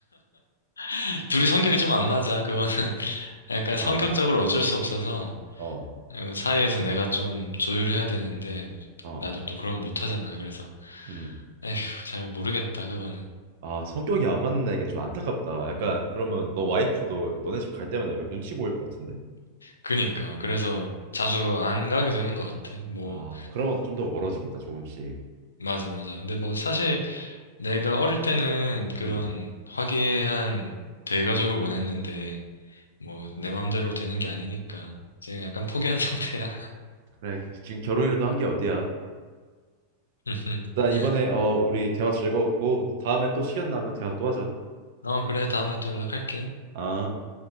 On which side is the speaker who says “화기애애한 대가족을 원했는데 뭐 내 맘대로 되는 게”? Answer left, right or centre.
Left